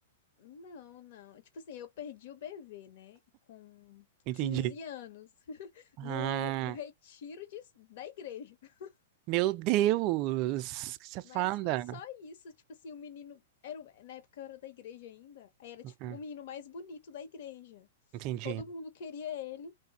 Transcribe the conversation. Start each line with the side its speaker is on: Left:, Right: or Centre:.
Left: Não, não. Tipo assim, eu perdi o bebê, né? Com
Right: Entendi.
Left: 15 anos.
Right: Ah,
Left: no, no retiro de, da igreja. <laughs>
Right: meu Deus, que safada.
Left: Mas foi só isso. Tipo assim, o menino. Era, na época eu era da igreja ainda. Aí era
Right: Uhum,
Left: tipo o menino mais bonito da igreja.
Right: entendi.
Left: Todo mundo queria ele.